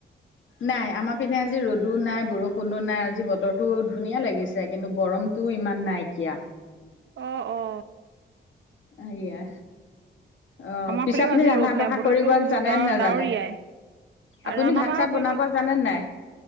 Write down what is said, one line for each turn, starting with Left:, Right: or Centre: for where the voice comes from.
Left: নাই। আমাৰ পিনে আজি ৰ'দো নাই, বৰষুণো নাই। আজি বতৰটো ধুনীয়া লাগিছে কিন্তু গৰম তোৰ ইমান নাইকিয়া।
Right: অ, অ।
Left: হাইয়া। অ,
Right: আমাৰ
Left: পিছে
Right: ফালেও
Left: আপুনি
Right: আজি
Left: ৰান্ধা
Right: ৰ'দ নাই
Left: বাঢ়া
Right: বতৰটো
Left: কৰিব জানে
Right: ডা
Left: নে নাজানে?
Right: ডাৱৰীয়াই
Left: আপুনি
Right: ৰন্ধা
Left: ভাত-চাত
Right: বঢ়া কৰিব
Left: বনাব জানেন নে নাই?